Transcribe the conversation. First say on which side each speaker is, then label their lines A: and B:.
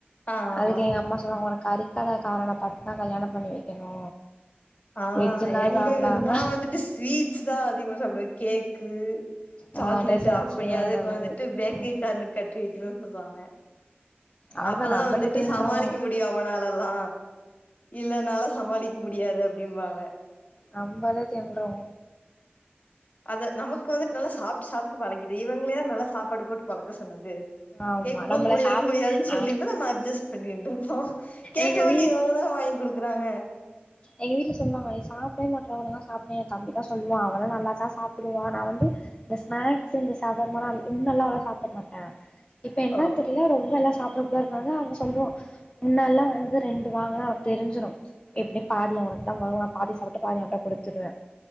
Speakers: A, on the left (about 35°); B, on the left (about 20°).
A: ஆ ஆமா
B: அதுக்கு எங்க அம்மா சொல்லுவாங்க உனக்கு கறிக்கடகாரன பாத்தா கல்யாண பண்ணி வைக்கணு
A: ஆ
B: வெஜ்ஜெல்லா
A: எங்க
B: சாப்டாம
A: வீடு நா வந்துட்டு ஸ்வீட்ஸ் தா அதிகமா சாப்பிடுவ கேக்கு சாக்லேட்டு
B: ஆ டெசர்ட்ஸு
A: அப்டியா
B: அந்த
A: அதுக்கு
B: மாரி
A: வந்துட்டு பேக்கரி
B: ம்
A: காரனுக் கட்டி வைக்கணு சொல்லுவாங்க
B: அவ்ளதா
A: அப்பதா
B: நம்மளே
A: வந்துட்டு
B: தின்றோ
A: சமாளிக்க மு டியு அவனாலல்லா இல்லனால சமாளிக்க முடியாது அப்டிம்பாங்க
B: நம்பளே தின்றுவோ
A: அத நமக்கு வந்துட்டு நல்லா சாப்ட்டு சாப்ட்டு பழகிது இவங்கள யாரு நல்லா சாப்பாடு போட்டு பழக்க சொன்னது
B: ஆமா
A: கேக்கும் போது
B: நம்மள
A: முடியாது
B: சாப்
A: முடியாதுன்னு
B: நா
A: சொல்லிருந்தா நம்ம அஜ்ஜஸ்ட் பண்ணிந்துருப்போ கேட்டோன்னே
B: எங்க வீ
A: எதா இரு தா வாங்கி குடுக்குறாங்க
B: எங்க வீட்ல சொல்லுவாங்க நீ சாப்டவே மாட்ற ஒழுங்கா சாப்டு எ தம்பி தா சொல்லுவா அவளா நல்லா தா சாப்புடுவா நா வந்து இந்த ஸ்நாக்ஸ்சு இந்த ஷவர்மாலா இன்னுல்லா அவ்ளோவா சாப்ட மாட்ட இப்ப என்னன்
A: ஆ
B: தெர்ல ரொம்பல்லா சாப்ட ஏற்கனவே அவ சொல்லுவா முன்னல்லா வந்து ரெண்டு வாங்னா அவ தெரிஞ்சிரு எப்டி பாதி அவனுக்தா வரு நா பாதி சாப்ட்டு பாதி அவன்ட்ட குடுத்துருவ